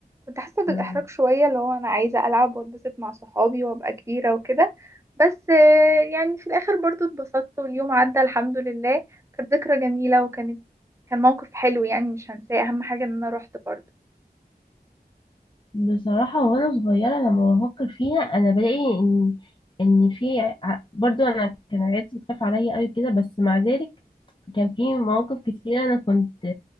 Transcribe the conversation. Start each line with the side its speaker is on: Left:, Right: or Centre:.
Right: كنت حاسة بالإحراج
Left: مم.
Right: شوية اللي هو أنا عايزة ألعب واتبسط مع صحابي وأبقى كبيرة وكده بس آه، يعني في الآخر برضو اتبسطت واليوم عدى الحمد لله كانت ذكرى جميلة وكانت كان موقف حلو يعني مش هنساه أهم حاجة إن أنا روحت برضو
Left: بصراحة وأنا صغيرة لما بفكر فيها أنا بلاقي إن إن في ع- برضو أنا كان عيلتي بتخاف عليا أوي كده بس مع ذلك كان في مواقف كتيرة أنا كنت